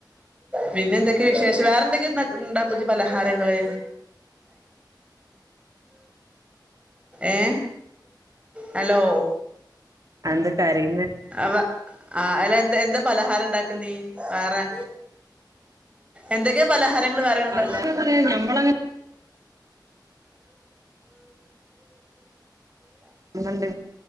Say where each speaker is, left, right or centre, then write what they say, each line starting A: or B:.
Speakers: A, on the right; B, on the right.
A: പിന്നെ എന്തൊക്കെയ വിശേഷം വേറെന്തൊക്കെയ പുതി പലഹാരങ്ങള് ഏ ഹലോ
B: എന്തൊ കരയുന്നെ
A: അവ ആ അല്ല എന്താ എന്താ പലഹാരം ഉണ്ടാക്ക നീ വേറെ എന്തൊക്കെയാ പലഹാരങ്ങൾ വേറെുണ്ട
B: അല്ലാതെ പറയാ ഞമ്മള ണ്ട്